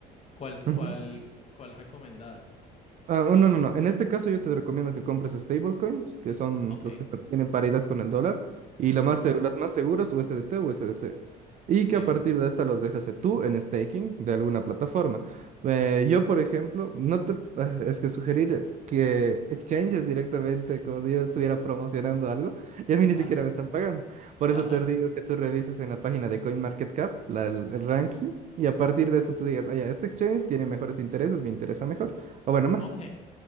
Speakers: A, on the left (about 40°); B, on the right (about 45°).
A: ¿Cuál,
B: Ujú.
A: cuál, cuál recomendás?
B: Ah, no, no, no. En este caso yo te recomiendo que compres stablecoins, que son
A: Ok.
B: los que están- tienen paridad con el dólar, y
A: Ujú.
B: la más, se- las más seguras, u s d USDT o U S D c Y
A: Sí.
B: que a partir de esta los dejas eh, tú en staking de alguna plataforma. Eh, yo, por ejemplo, no te... ah, Es que sugerir que exchanges directamente como si yo estuviera promocionando algo, <laughs> y a mí ni
A: Ajá.
B: siquiera me están pagando. Por
A: Ajá.
B: eso te digo que tú revises en la página de CoinMarketCap la- el, el ranking, y a partir de eso tú digas, ah, ya, este exchange tiene mejores intereses, me interesa mejor, o bueno, más.
A: Ok.